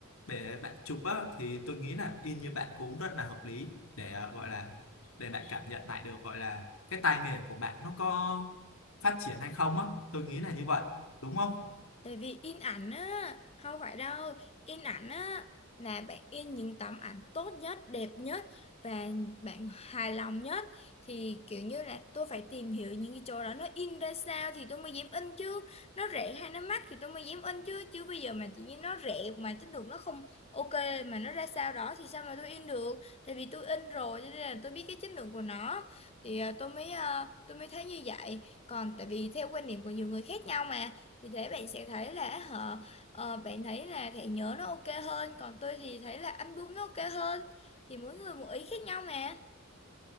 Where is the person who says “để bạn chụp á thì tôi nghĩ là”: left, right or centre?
Left